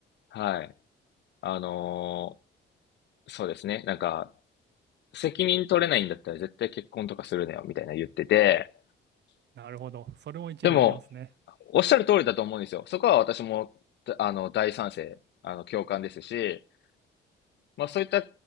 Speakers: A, on the left; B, on the right.
A: はい。あのーそうですね。なんか、責任取れないんだったら絶対結婚とかするなよ、みたいな言ってて、
B: なるほど。それも一理ありますね。
A: でも、おっしゃる通りだと思うんですよ。そこは私も、あの、大賛成、あの、共感ですし、まあそういった